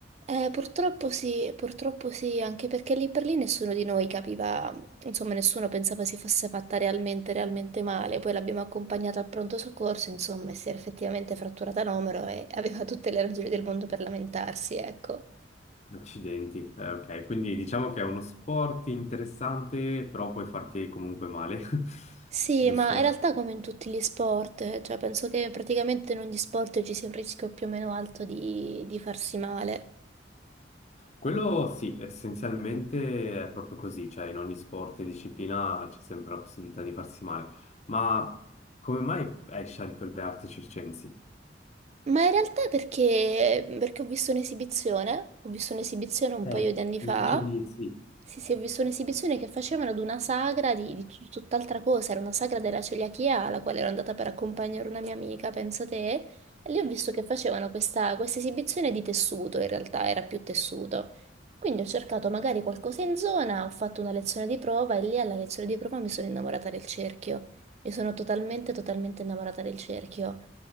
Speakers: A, on the right; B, on the left.
A: Eh, purtroppo sì, purtroppo sì, anche perché lì per lì nessuno di noi capiva, insomma, nessuno pensava si fosse fatta realmente, realmente male. Poi l'abbiamo accompagnata al pronto soccorso, insomma, e si era effettivamente fratturata l'omero e <laughs> aveva tutte le ragioni del mondo per lamentarsi, ecco.
B: Accidenti, Eh, ok, quindi diciamo che è uno sport interessante, però puoi farti comunque male, <laughs>
A: Sì,
B: giusto?
A: ma in realtà come in tutti gli sport, eh, cioè penso che praticamente in ogni sport ci sia un rischio più o meno alto di, di farsi male.
B: Quello sì, essenzialmente è proprio così, cioè in ogni sport e disciplina c'è sempre la possibilità di farsi male. Ma come mai hai scelto le arti circensi?
A: Ma in realtà perché, perché ho visto un'esibizione, ho visto un'esibizione un
B: Eh,
A: paio di anni fa,
B: mi dicevi sì.
A: sì sì, ho visto un'esibizione che facevano ad una sagra di, di tut- tutt'altra cosa, era una sagra della celiachia alla quale ero andata per accompagnare una mia amica, pensa te, e lì ho visto che facevano questa, questa esibizione di tessuto, in realtà era più tessuto. Quindi ho cercato magari qualcosa in zona, ho fatto una lezione di prova e lì alla lezione di prova mi sono innamorata del cerchio, mi sono totalmente, totalmente innamorata del cerchio.